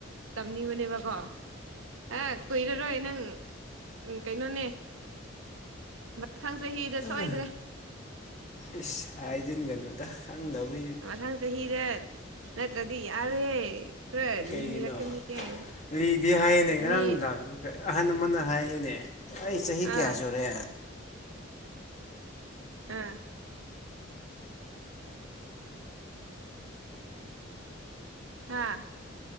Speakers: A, on the right; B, on the left.
A: ꯇꯝꯅꯤꯡꯕꯅꯦꯕꯀꯣ ꯑꯦ ꯀꯨꯏꯔꯔꯣꯏ ꯅꯪ ꯀꯩꯅꯣꯅꯦ ꯃꯊꯪ ꯆꯍꯤꯗ
B: ꯎꯝ
A: ꯁꯣꯏꯗ꯭ꯔꯦ
B: ꯏꯁ ꯍꯥꯏꯥꯏꯖꯟꯒꯅꯣꯗꯥꯛ ꯈꯪꯗꯕꯨ
A: ꯃꯊꯪ ꯆꯍꯤꯗ ꯅꯠꯇ꯭ꯔꯗꯤ ꯌꯥꯔꯣꯏꯍꯦ ꯈꯔ
B: ꯀꯩꯒꯤꯅꯣ
A: ꯂꯤꯔꯛꯀꯅꯤꯍꯦ
B: ꯑꯗꯨꯗꯤ ꯍꯥꯏꯅꯦ ꯉꯔꯥꯡ
A: ꯃꯤ
B: ꯅꯨꯡꯗꯥ ꯑꯍꯜꯃꯟꯅ ꯍꯥꯏꯒꯅꯦ ꯑꯩ ꯆꯍꯤ ꯀꯌꯥ
A: ꯑꯥ
B: ꯁꯨꯔꯦ
A: ꯑ ꯍꯥꯥ